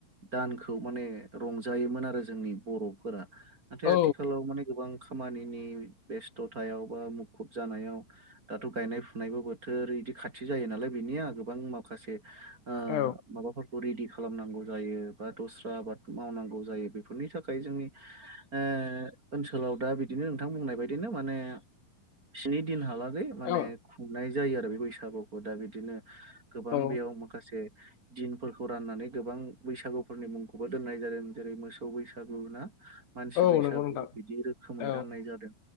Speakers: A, on the right (about 30°); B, on the left (about 70°).
A: दानखौ माने रंजायोमोन आरो जोंनि बर'फोरा नाथाय
B: औ
A: आथिखालाव माने गोबां खामानिनि बेस्थ'थायाव बा मुखुब जानायाव दाथ' गायनाय फुनायबो बोथोर। बिदि खाथि जायो नालाय बिनिया गोबां माखासे ओ
B: औ
A: माबा फोर खौ रेडि खालामनांगौ जायो। बा दस्रा आबाद मावनांगौ जायो। बेफोरनि थाख खाय जोंनि ओ ओनसोलाव दा बिदिनो नोंथां बुंनाय बायदिनो माने स्नि दिन हालाग बे माने
B: औ
A: खुंनाय जायो आरो। बे बैसागुखौ दा बिदिनो गोबां
B: औ
A: बेयाव माखासे दिनफोरखौ राननानै गोबां बैसागुफोरनि मुंखौबो दोननाय जादों। जेरै मोसौ बैस सागु ना, मानसि
B: औ
A: बैसागु
B: नंगौ नोंथां
A: बिदि रोखोमै
B: औ
A: राननाय जादों।